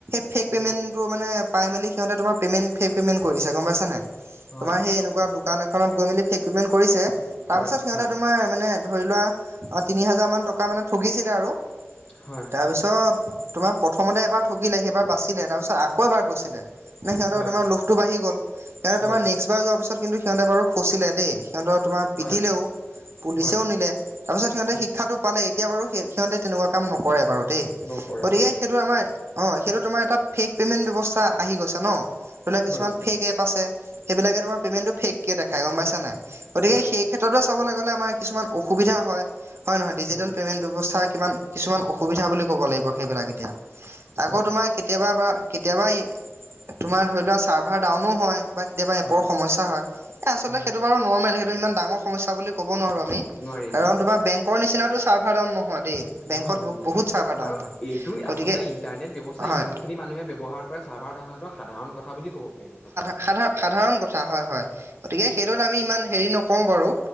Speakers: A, on the right; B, on the left.
A: সেই ফেক পে'মেণ্টটো
B: হয়,
A: মানে পাইমেলি তোমাৰ পেমেণ্ট ফেক পেমেণ্ট কৰিছে গম পইচা নে নাই!
B: হয়,
A: তোমাৰ সেই এনেকুৱা দোকান এখনত গৈ মেলি ফেক পেমেণ্ট কৰিছে তাৰ
B: হয়,
A: পিছত সিহঁতে
B: হয়,
A: তোমাৰ মানে ধৰি লোৱা অ', তিনি হাজাৰ মান টকা মানে ঠগিছিলে আৰু
B: হয়।
A: তাৰপিছত তোমাৰ প্ৰথমতে এবাৰ ঠগিলে সেইবাৰ বাচিলে তাৰপিছত আকৌ এবাৰ গৈছিলে। নে সিহঁতে
B: হয়,
A: তোমাৰ লোকটো বাঢি গ'ল সিহঁতে
B: হয়,
A: তোমাৰ, নেচ কিবা যোৱাৰ পিছত কিন্তু সিহঁতে বাৰু ফচিলে দেই সিহঁত তোমাৰ পিটিলেও
B: হয়,
A: পুলিচেও
B: হয়,
A: নিলে। তাৰপিছত সিহঁতে
B: হয়,
A: শিক্ষাটো পালে। এতিয়া বাৰু সিহঁতে তেনেকুৱা কাম নকৰে বাৰু। দেই
B: নকৰে
A: গতিকে
B: হয়,
A: সেইটো আমাৰ অৱ, সেইটো তোমাৰ এ ফেক পেমেন্ট ব্যয়স্থা আহি গৈছে ন'। ধৰি লোৱা কিছুমান
B: হয়,
A: ফেক এপ আছে সেইবিলাকে তোমাৰ পে'মেণ্টটো ফেকে দেখাই গম পাইা নাই গতিকে
B: হয়,
A: সেইক্ষেত্ৰ চাবলৈগলে আমাৰ কিছুমান অসুবিধা হয়। হয় নহয়
B: অসুবিধা
A: ডিজিটেল পেমেণ্টটো।
B: হয়,
A: ব্যস্থাৰ কিমান কিছুমান অসুবিধা বুলি ক'ব লাগিব সেইবিলাক এতিয়া। আকৌ
B: হয়,
A: তোমাৰ কেতিয়াবা বা কেতিয়াবা তোমাৰ ধৰি লোৱা চাৰ্ভাৰ ডাউনো হয়। বা কেতিয়াবা এপৰ
B: হয়,
A: সমস্যা হয় এ আচলতে
B: হয়,
A: সেইটো বাৰু নৰ্মেল সেইটো ইমান ডাঙৰ সমস্যা বুলি ক'ব নোৱাৰো আমি।
B: নোৱাৰি,
A: কাৰণ
B: নোৱাৰি,
A: তোমাৰ বেংকৰ নিচিনাতো চাভাৰ দাউন নহয়। দেই
B: নহয়
A: বেংকত
B: নহয় নহয়
A: বহুত চাৰ্ভাৰ ডাউন
B: আৰু
A: হয়
B: এইটো
A: গতিকে
B: আচলতে ইন্টাৰনেট ব্যৱস্থা
A: হয়
B: ইমান খিনি মানুহে ব্যৱহাৰ চাভাৰ ডাউন হোৱাটো সাধাৰণ কথা বুলি ক'ব পাৰি আচলতে।
A: সাধাৰ সাধাৰণ কথা হয় হয়। গতিকে
B: হয়,
A: সেইটোত আমি ইমান হেৰি নকৰোও বাৰু